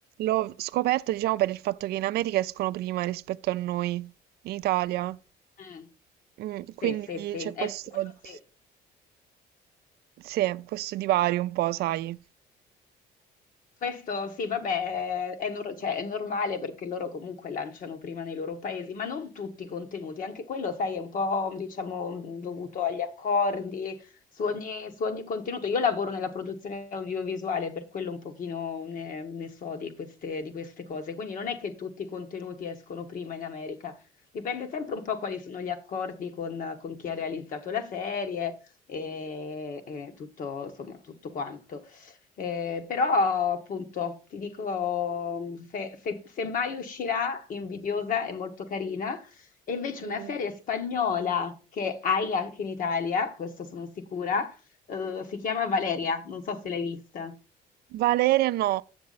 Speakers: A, on the right; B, on the left.
A: l'ho scoperta, diciamo, per il fatto che in America escono prima rispetto a noi, in Italia.
B: Mm.
A: Mm, quindi
B: Sì, sì, sì.
A: c'è
B: È
A: questo,
B: quello sì.
A: sì, questo divario un po', sai.
B: Questo sì, vabbè, è, nor- cioè, è normale perché loro comunque lanciano prima nei loro paesi, ma non tutti i contenuti, anche quello, sai, è un po', diciamo, mh, dovuto agli accordi, su ogni, su ogni contenuto. Io lavoro nella produzione audiovisuale, per quello un pochino ne, ne so di queste, di queste cose, quindi non è che tutti i contenuti escono prima in America, dipende sempre un po' quali sono gli accordi con, con chi ha realizzato la serie e, e tutto, insomma, tutto quanto. Eh, però appunto ti dico, mm, se, se- se mai uscirà Invidiosa è molto carina, e invece
A: Mm.
B: una serie spagnola che hai anche in Italia, questo sono sicura, eh, si chiama Valeria, non so se l'hai vista.
A: Valeria no,